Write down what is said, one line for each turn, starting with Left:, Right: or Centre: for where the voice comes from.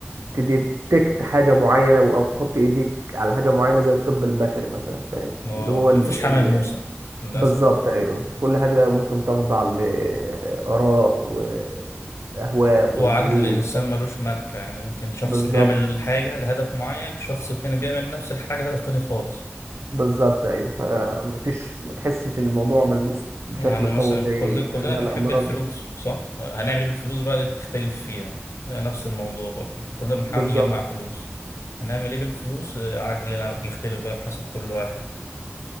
Right: تديتكت حاجه معينه او تحط ايديك على حاجه معينه زي الطب البشري مثلا فاهم
Left: اه
Right: اللي هو ال...
Left: مفيش حمل
Right: ال...
Left: موسى للاسف
Right: بالظبط ايوه كل حاجه ممكن تخضع لاراء والاهواء
Left: وعجل
Right: والميول
Left: الإنسان ملوش ملكة يعني ممكن شخص
Right: بالظبط
Left: بيعمل حاجة لهدف معين شخص تاني بيعمل نفس الحاجة لهدف تاني خالص
Right: بالظبط ايوه فمفيش ما تحسش الموضوع ملموس بشكل
Left: يعني
Right: قوي
Left: مثلا
Right: زي
Left: كل
Right: ال...
Left: كلنا
Right: زي
Left: بنحب
Right: الامراض
Left: الفلوس صح؟ هنعمل ايه بالفلوس بقى دي بتختلف فيها آه، نفس الموضوع برضه احنا كلنا بنحاول
Right: بالظبط
Left: نجمع فلوس هنعمل ايه بالفلوس آه، عقلنا بيختلف بقى بحسب كل واحد